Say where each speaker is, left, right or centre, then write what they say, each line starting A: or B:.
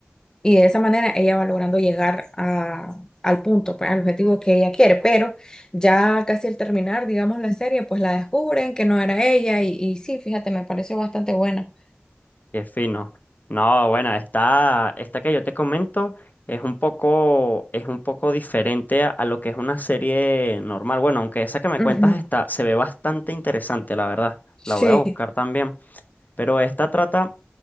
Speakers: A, on the left (about 20°); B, on the left (about 45°).
A: Y de esa manera ella va logrando llegar a- al punto, pues, al objetivo que ella quiere. Pero ya casi al terminar, digamos, la serie, pues la descubren que no era ella. Y, y sí, fíjate, me pareció bastante buena.
B: qué fino. No, bueno, esta, esta que yo te comento es un poco, es un poco diferente a, a lo que es una serie normal. Bueno, aunque esa que me
A: Ujú.
B: cuentas está, se ve bastante interesante, la verdad.
A: Sí.
B: La voy a buscar también. Pero esta trata,